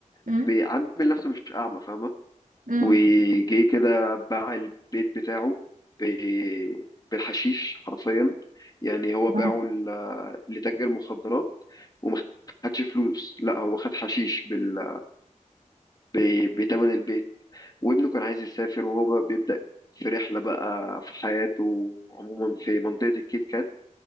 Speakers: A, on the right; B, on the left.
A: امم
B: بيعمل نفسه مش اعمى فاهمة
A: امم
B: وجي كده باع البيت بتاعه ب- بالحشيش حرفيا يعني هو باعه
A: نعم.
B: ل- لتاجر مخدرات وما خدش فلوس لا هو خد حشيش بال... ب- بتمن البيت وابنه كان عايز يسافر وهو بقى بيبدأ في رحلة بقى في حياته عموما في منطقة الكيت كات